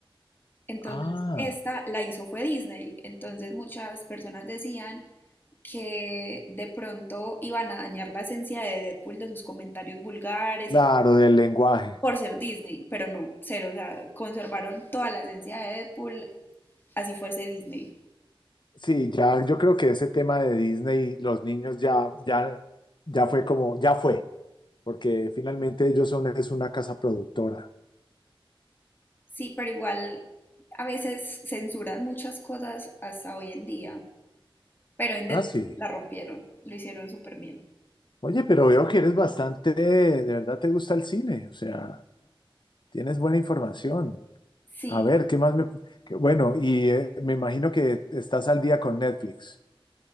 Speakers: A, on the left; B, on the left.
A: Entonces,
B: Ah,
A: esta la hizo fue Disney. Entonces, muchas personas decían que de pronto iban a dañar la esencia de Deadpool de sus comentarios vulgares
B: claro,
A: y
B: del lenguaje.
A: por ser Disney, pero no, cero, o sea, conservaron toda la esencia de Deadpool, así fuese Disney.
B: Sí, ya yo creo que ese tema de Disney, los niños ya, ya, ya fue como, ya fue, porque finalmente ellos son, es una casa productora.
A: Sí, pero igual a veces censuran muchas cosas hasta hoy en día, pero en Deadpool
B: Ah, sí.
A: la rompieron, lo hicieron súper bien.
B: Oye, pero veo que eres bastante, de verdad te gusta el cine, o sea, tienes buena información.
A: Sí,
B: A ver, ¿qué más me... qué- bueno, y eh, me imagino que estás al día con Netflix,